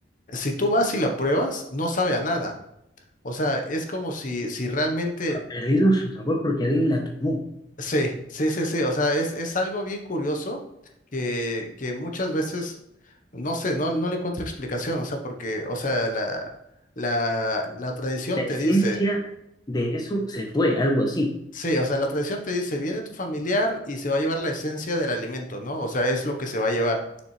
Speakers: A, on the left; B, on the left.
A: si tú vas y la pruebas, no sabe a nada. O sea, es como si, si realmente,
B: ha perdido su sabor porque alguien la tomó.
A: sí, sí, sí, sí, o sea, es, es algo bien curioso que, que muchas veces, no sé, no, no le encuentro explicación, o sea, porque, o sea, la, la, la tradición
B: La
A: te
B: esencia
A: dice,
B: de eso se fue, algo así.
A: Sí, o sea, la tradición te dice, viene tu familiar y se va a llevar la esencia del alimento, ¿no? O sea, es lo que se va a llevar.